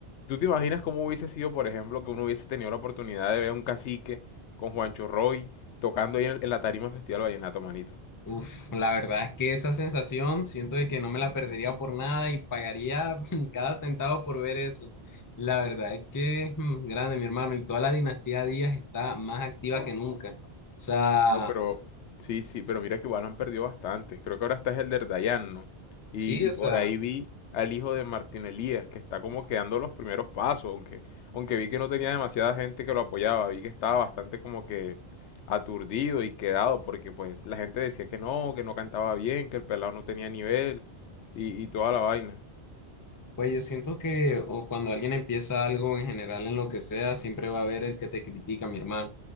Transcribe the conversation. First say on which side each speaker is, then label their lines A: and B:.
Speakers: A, on the left; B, on the left.
A: ¿Tú te imaginas cómo hubiese sido, por ejemplo, que uno hubiese tenido la oportunidad de ver a un cacique con Juancho Roy tocando ahí en, en la tarima del Festival Vallenato, manito?
B: Uf, la verdad es que esa sensación siento de que no me la perdería por nada y pagaría <laughs> cada centavo por ver eso. La verdad es que mm, grande, mi hermano, y toda la dinastía Díaz está más activa que nunca. O sea,
A: No, pero sí, sí, pero mira que igual han perdido bastantes. Creo que ahora está es el de Dayan, ¿no? Y,
B: sí,
A: y
B: o
A: por
B: sea.
A: ahí vi al hijo de Martín Elías, que está como que dando los primeros pasos, aunque, aunque vi que no tenía demasiada gente que lo apoyaba, vi que estaba bastante como que aturdido y quedado, porque pues la gente decía que no, que no cantaba bien, que el pelado no tenía nivel y, y toda la vaina.
B: Pues yo siento que o cuando alguien empieza algo en general en lo que sea, siempre va a haber el que te critica, mi hermano.